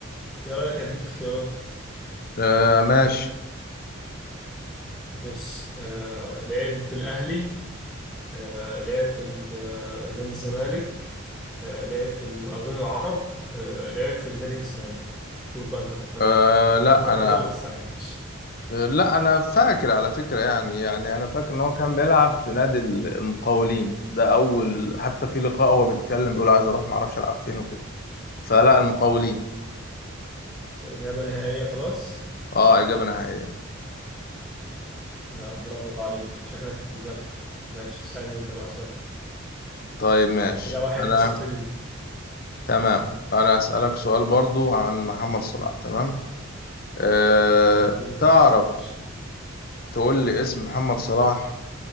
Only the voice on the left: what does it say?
آه ماشي
آه
لا
انا
آه لا انا فاكر على فكرة يعني يعني انا فاكر ان هو كان بيلعب في نادي المقاولين ده اول حتى في لقاء هو بيتكلم بيقول عايز اروح ما اعرفش العب فين وكده فلا المقاولين
اه اجابة نهائية
طيب ماشي
انا
تمام انا اسألك سؤال برضو عن محمد صلاح تمام أه
تعرف
تقول لي اسم محمد صلاح